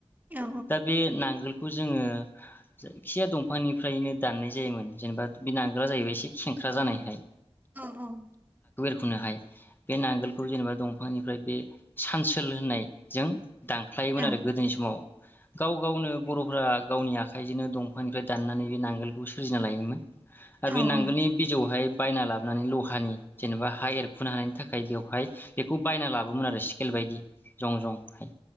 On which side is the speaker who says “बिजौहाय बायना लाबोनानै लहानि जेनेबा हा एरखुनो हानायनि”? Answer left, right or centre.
Left